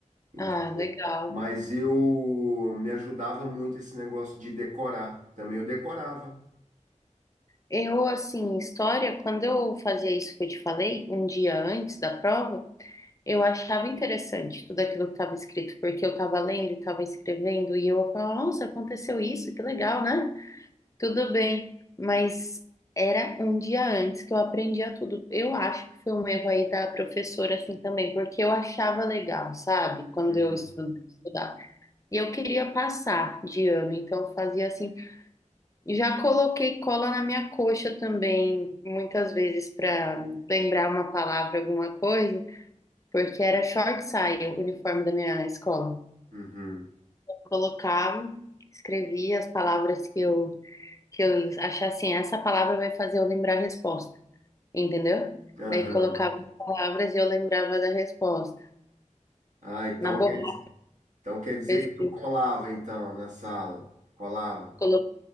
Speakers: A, on the right; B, on the left.
A: entendeu?
B: Ah, legal.
A: Mas eu me ajudava muito esse negócio de decorar. Também eu decorava.
B: Eu, assim, história, quando eu fazia isso que eu te falei, um dia antes da prova, eu achava interessante tudo aquilo que estava escrito, porque eu estava lendo e estava escrevendo, e eu falava, nossa, aconteceu isso, que legal, né? Tudo bem, mas era um dia antes que eu aprendia tudo. Eu acho que foi um erro aí da professora assim também, porque eu achava legal, sabe? Quando
A: Uhum,
B: eu estu- estudava. E eu queria passar de ano, então eu fazia assim. Já coloquei cola na minha coxa também, muitas vezes para lembrar uma palavra, alguma coisa, porque era short saia, o uniforme da minha escola.
A: uhum,
B: Colocava, escrevia as palavras que eu que eu achar assim, essa palavra vai fazer eu lembrar a resposta, entendeu?
A: aham.
B: Daí colocava as palavras e eu lembrava da resposta.
A: Ah, então
B: Na borracha,
A: quer dizer, então quer dizer
B: eu escre-
A: que tu colava então na sala. Colava.
B: colo-